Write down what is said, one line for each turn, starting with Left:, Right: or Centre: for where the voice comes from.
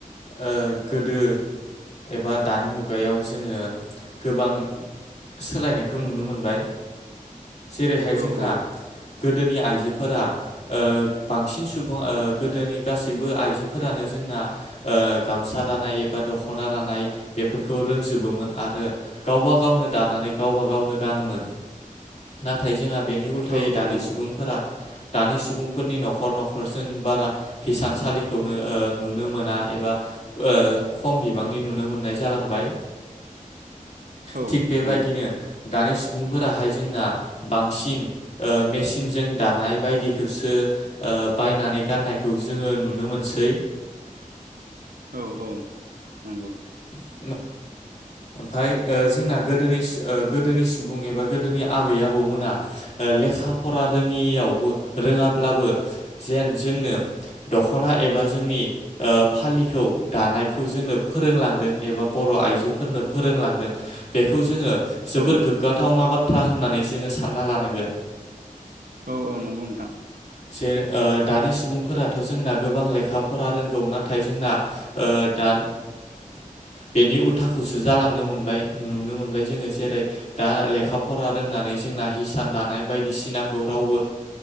Left: ओ गोदो एबा दानि मुगायाव जोङो गोबां सोलायनायखौ नुनो मोनबाय जेरैहाय
Right: औ
Left: जोंहा
Right: औ
Left: गोदोनि आइजो फोरा बांसिन सुबुं गोदोनि गासिबो आइजोफोरानो जोंना ओ गामसा दानाय एबा दखना दानाय बेफोरखौ रोंजोबोमोन आरो गावबा गावनो दानानै गावब गावनो गानोमोन नाथाय जोंहा बेनि उल्थायै
Right: औ औ
Left: दानि
Right: नंगौ
Left: सुबुंफोरा दानि सुबुंफोरनि न'खर न'खर न'खरजों बारा हिसानसालिखौनो नुनो मोना एबा खम बिबांनि नुनो मोननाय जालांबाय
Right: औ
Left: थिग बेबायदिनो
Right: नंगौ
Left: दानि सुबुंफोराहाय जोंना बांसिन मेसिनजों दानाय बायदिखौसो बायनानै गाननायखौ जोङो नुनो मोनसै
Right: औ औ नंगौ
Left: औ ओमफ्राय जोंना गोदोनि गोदोनि सुबुं एबा गोदोनि आबै आबौमोना लेखा फरा रोङियावबो रोङाब्लाबो जेन जोंनो दख'ना एबा जोंनि फालिखौ दानायखौ जोंनो फोरोंलांदों एबा बर' आइजोफोरनो फोरोंलांदों बेखौबो जोङो जोबोर
Right: औ
Left: गोग्गाथावना बा बाथ्रा होननानै जोङो सानना लानांगोन
Right: औ औ नंगौ नोंथां
Left: <unintelligible> दानि सुबुंफोराथ' जोंना गोबां लेखा फरा रोंगौ नाथाय जोंना दा बेनि उल्थाखौसो जालांनो मोनबाय नुनो मोनबाय जोङो जेरै दा लेखा फरा रोंनानै जोंना हिसान दानाय बायदिसिनाखौ रावबो